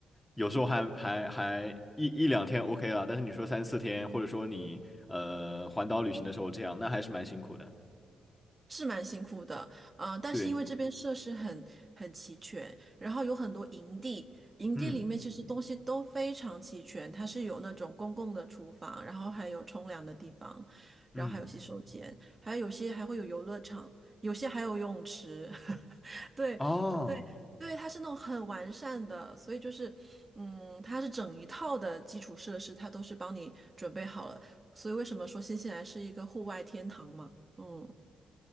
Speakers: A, on the left (about 15°); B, on the right (about 30°).
A: 有时候还还还一一两天 OK 了，但是你说三四天，或者说你呃环岛旅行的时候这样，那还是蛮辛苦的。
B: 是蛮辛苦的，嗯、但是因为这边设施很很齐全，
A: 对，
B: 然后有很多营地，营地里面其实东西都非常齐全，
A: 嗯
B: 它是有那种公共的厨房，然后还有冲凉的地方，
A: 嗯。
B: 然后还有洗手间，还有有些还会有游乐场，有些还有游泳池，<laughs> 对对对，
A: 哦，
B: 它是那种很完善的，所以就是，嗯，它是整一套的基础设施，它都是帮你准备好了，所以为什么说新西兰是一个户外天堂嘛？嗯。